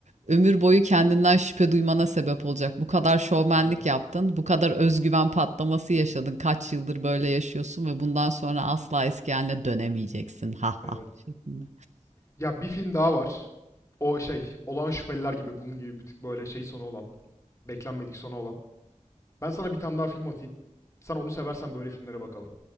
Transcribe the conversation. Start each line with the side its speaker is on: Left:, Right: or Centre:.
Right: ömür boyu kendinden şüphe duymana sebep olacak. Bu kadar şovmenlik
Left: Evet.
Right: yaptın, bu kadar özgüven patlaması yaşadın. Kaç yıldır böyle yaşıyorsun ve bundan sonra asla eski haline dönemeyeceksin. Ha ha
Left: Evet.
Right: şeklinde.
Left: Ya bir film daha var. O şey, Olağan Şüpheliler gibi bunun gibi bir tık böyle şey sonu olan, beklenmedik sonu olan. Ben sana bir tane daha film atayım. Sen onu seversen böyle filmlere bakalım.